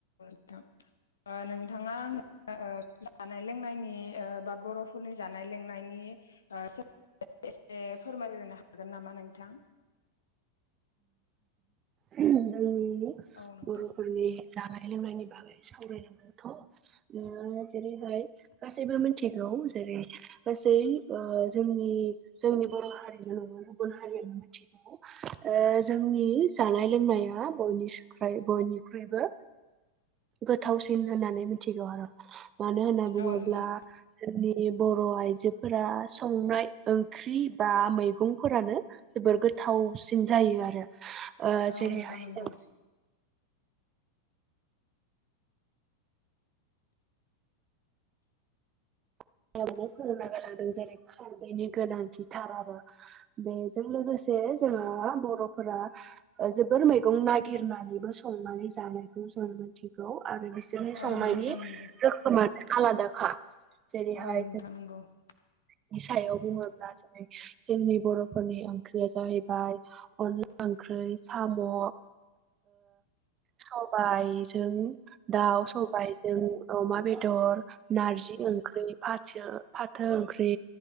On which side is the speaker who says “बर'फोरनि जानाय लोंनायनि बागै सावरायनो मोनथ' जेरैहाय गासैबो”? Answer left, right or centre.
Right